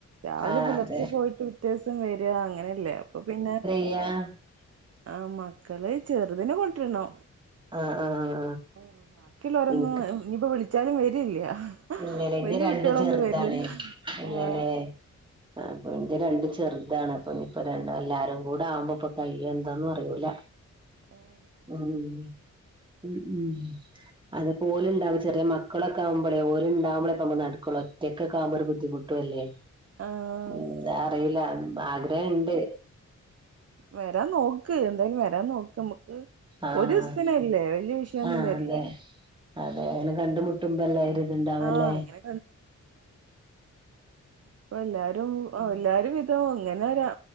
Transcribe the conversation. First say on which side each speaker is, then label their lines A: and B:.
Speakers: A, on the right; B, on the right.
A: രാവിലെ
B: ആഹ്
A: പുലർച്ചെ
B: അതെ
A: പോയിട്ട് വ്യത്യാസം വരിയാ അങ്ങനെല്ലേ അപ്പൊ പിന്നെ-
B: യാ <unintelligible>
A: ആഹ് മക്കള് ചെറുതിനെ കൊണ്ട്‌ വരണം
B: ആഹ് ആഹ്
A: ആഹ് ബാക്കിയുള്ളോരോന്നും
B: ഇൻക്ക്
A: ഇനിയിപ്പോ വിളിച്ചാലും വരില്ല
B: ഇല്ലലേ എന്റെ
A: വല്യ
B: രണ്ടും
A: കുട്ടികളൊന്നും
B: ചെറുതാണെ
A: വരില്ലല്ലോ
B: ഇല്ലലേ
A: ആഹ്
B: അപ്പൊ ഇനിന്റെ രണ്ട് ചെറുതാണ് ഇപ്പൊ ഇയിൻ്റെ രണ്ട് ഇനിപ്പോ രണ്ട് എല്ലാരും കൂടെ ആവുമ്പോ ഇനീയിപ്പം കഴിയോ എന്താന്നു അറിയൂല
A: എഏ <unintelligible>
B: ഉം ഉം ഉം ഉം അതുപോലെ ഇണ്ടാവും ചെറിയ മക്കളൊക്കെ ആവുമ്പളെ ഓല് ഇണ്ടാവുമ്പളൊക്കെ നടക്കുള്ളു ഒറ്റക്ക് ഒക്കെ ആവുമ്പോ ഒരു ബുദ്ധിമുട്ടല്ലേ
A: ആഹ്
B: എന്താ അറിയൂല ആഗ്രഹയുണ്ട്
A: വരാ നോക്ക് ക്ക് എന്തായാലും വരാൻ നോക്ക് നമ്മക്ക്
B: ആഹ്
A: ഒരു ദിവസത്തിനല്ലേ വല്ല്യ വിഷയൊന്നും
B: ആഹ്
A: വരില്ല
B: അതെ അതെ അങ്ങനെ കണ്ടുമുട്ടുമ്പ എല്ലാരും ഇതുണ്ടാവില്ലേ
A: ആഹ് ഇങ്ങനെ ഇപ്പ എല്ലാരും എല്ലാരും വിധ <unintelligible> ഇങ്ങനെ ഒരാ